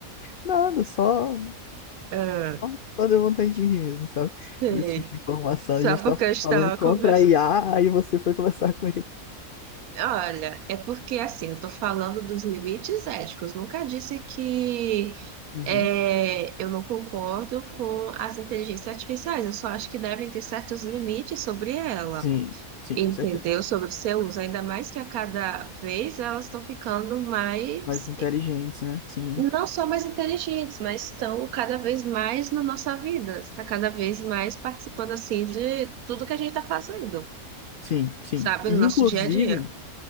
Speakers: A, on the left; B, on the right.
A: Nada, só
B: Ah,
A: Só, só deu vontade de rir mesmo, sabe?
B: sei.
A: Desse tipo de informação.
B: Só
A: A gente
B: porque
A: tá
B: eu estava
A: falando contra
B: conversando.
A: a IA, aí você foi conversar com ele.
B: Olha, é porque assim, eu estou falando dos limites éticos. Nunca disse que
A: Uhum.
B: é, eu não concordo com as inteligências artificiais. Eu só acho que devem ter certos limites sobre ela.
A: Sim, sim,
B: Entendeu?
A: com certeza.
B: Sobre o seu uso, ainda mais que a cada vez elas estão ficando mais
A: Mais inteligentes, né? Sim,
B: não só mais inteligentes, mas estão cada vez mais na nossa vida, está cada vez mais participando assim de tudo que a gente está fazendo,
A: sim, sim.
B: sabe,
A: E
B: no nosso
A: inclusive,
B: dia a dia.